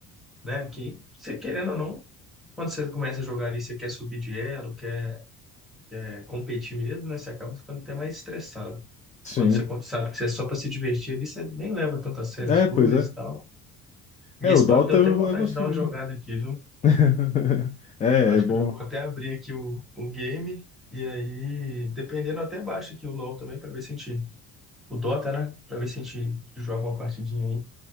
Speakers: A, in the centre; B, on the left (about 25°).
A: né? Que você querendo ou não, quando você começa a jogar ali, você quer subir de elo, quer, quer competir mesmo, né? Você acaba ficando até mais estressado.
B: sim.
A: Quando você con- sabe que você é só para se divertir ali, você nem leva tanto a sério as
B: É,
A: coisas
B: pois é.
A: e tal. E
B: É,
A: esse
B: o Dota
A: papo deu
B: eu
A: até vontade
B: levo assim
A: de dar
B: mesmo.
A: uma jogada aqui, viu?
B: <laughs> É,
A: Eu acho
B: é bom.
A: que eu já vou até abrir aqui o, o game. E aí, dependendo, eu até baixo aqui o LoL também para ver se a gente. O Dota, né? Para ver se a gente joga uma partidinha aí.